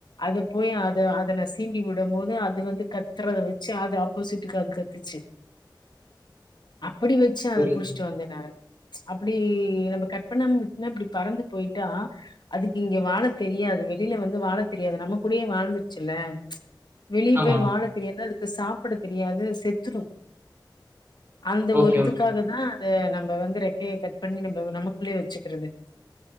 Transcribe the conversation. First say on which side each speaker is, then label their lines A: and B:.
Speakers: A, on the left; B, on the right.
A: அது போய் அத அதன சீண்டி விடும் போது அது வந்து கத்துற வச்சு அது அப்ப சிட்டுக்குக்காக கத்துச்சு அப்டி வச்சு
B: புரியுது.
A: அத புடிச்சுட்டு வந்தே நா அப்டி நம்ம கட் பண்ணமா விட்னா இப்டி பறந்து பொயிட்டா அதுக்கு இங்க வாழ தெரிய யாது வெளியில வந்து வாழ தெரியாது நம்ம கூடயே வாழ்ந்துருச்சுல்ல வெளிய
B: ஆமா.
A: போய் வாழ தெரியாது அதுக்கு சாப்புட தெரியாது அது செத்துரு அந்த
B: ஓகே,
A: ஒரு இதுக்காகதா
B: ஓகே.
A: அத நம் ப வந்து ரெக்கைய கட் பண்ணி நம்ம நமக்குள்ளயே வச்சுக்குறது